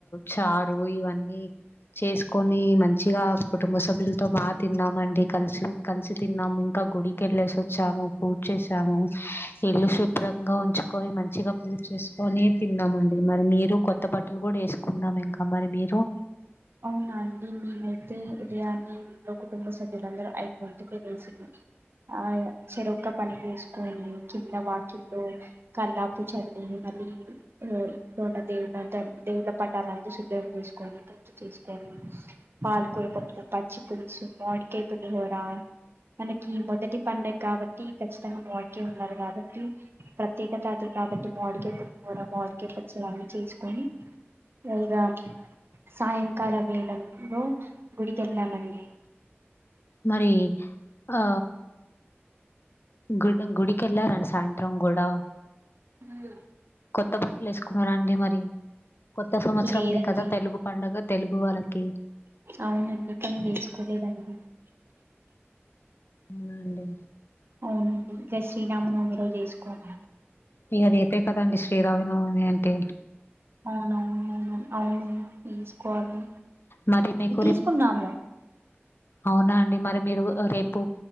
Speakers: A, on the left; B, on the right.
A: చారు ఇవన్నీ చేసుకొని మంచిగా కుటుంబ సభ్యులతో బాగా తిన్నామండి కలిసి కలిసి తిన్నాము ఇంకా గుడికి వెళ్ళేసి వచ్చాము పూజ చేసాము ఇల్లు శుభ్రంగా ఉంచుకొని మంచిగా పూజ చేసుకొని తిన్నామండి మరి మీరు కొత్త బట్టలు కూడా వేసుకున్నాము ఇంకా మరి మీరు
B: అవునా అండి నేనైతే ఉదయాన్ని ఇలో కుటుంబ సభ్యులందరూ ఐదు గంటల పే వేసింది ఆ చెరక్క పని వేసుకొని కింద వాకిల్లో కల్లాపు చల్లి మళ్ళీ ఇంట్లో ఉన్న దేవులంత దేవుల పటాలంతా శుధ్రం చేసుకొని చేసుకొని పాలకూరపప్పు పచ్చి పులుసు మోడికాయ పులిహోర మనకి మొదటి పండగ కాబట్టి ఖచ్చితంగా మాడికాయ ఉన్నారు కాబట్టి ప్రత్యేకతాతలు కాబట్టి మోడికాయ పులిహోర మోడికాయ పచ్చిలు అన్నీ చేసుకొని ఇగా సాయంకాల వేలంలో గుడికెళ్ళామండి
A: మరి ఆ గు గుడికిళ్ళారని సాయంత్రం కూడా
B: హ
A: కొత్త బట్టలు వేసుకున్నారా అండి మరి కొత్త సంవత్సరంది
B: లేదండి
A: కదా తెలుగు పడుగ తెలుగు వాళ్ళకి
B: అవునండి కానీ వేసుకోలేదండి
A: అవునా అండి
B: అవునండి ఇక శ్రీరామనమిలో చేసుకోవాలి
A: ఇగ రేపే కదండి శ్రీరామనవమి అంటే
B: అవునవును అవునును అవును తీసుకోవాలి
A: మరి మీకురి
B: తీసుకున్నాము
A: అవునాండి మరి మీరు రేపు